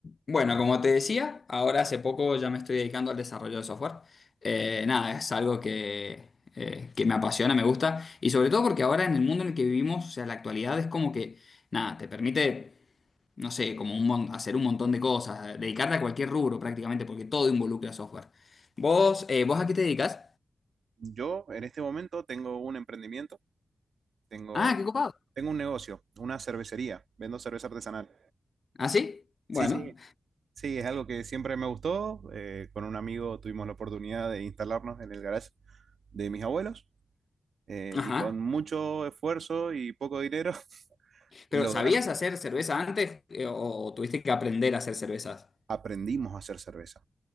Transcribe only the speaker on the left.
Bueno, como te decía, ahora hace poco ya me estoy dedicando al desarrollo de software. Eh, nada, es algo que, eh, que me apasiona, me gusta, y sobre todo porque ahora en el mundo en el que vivimos, o sea, la actualidad es como que, nada, te permite, no sé, como un mon- hacer un montón de cosas, eh, dedicarte a cualquier rubro prácticamente, porque todo involucra software. ¿Vos, eh, vos a qué te dedicas?
Ah, qué copado.
¿Ah, sí? Bueno,
ajá.
¿Pero
sabías hacer cerveza antes, eh, o, o tuviste que aprender a hacer cervezas?